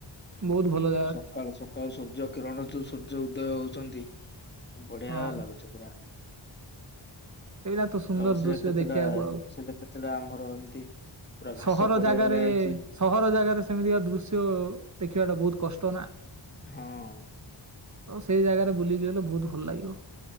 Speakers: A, on the right; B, on the left.
A: ବହୁତ ଭଲ ଜାଗା
B: ସକାଳୁ ସକାଳୁ ସୂର୍ଯ୍ୟ କିରଣ ଯୋଉ ସୂର୍ଯ୍ୟ ଉଦୟ ହଉଚନ୍ତି। ବଢିଆ
A: ହଁ
B: ଲାଗୁଛି ପୁରା।
A: ସେଇଟା ତ ସୁନ୍ଦର
B: ତାପରେ ସେ
A: ଦୃଶ୍ୟ
B: କେତେଟା
A: ଦେଖିବାକୁ ଆଉ
B: ସେଇଟି କେତେଟା ଆମର ଏମିତି? ପୁରା ଘାସ
A: ସହର
B: ପଡିଆ
A: ଜାଗାରେ
B: ଭଳିଆ ହେଇଛି
A: ସହର ଜାଗାରେ ସେମିତିକା ଦୃଶ୍ୟ ଦେଖିବା ଟା ବହୁତ କଷ୍ ତ ନା।
B: ହଁ।
A: ତ ସେଇ ଜାଗାରେ ବୁଲି ଯିବ ହେଲେ ବହୁତ ଭଲ ଲାଗିବ।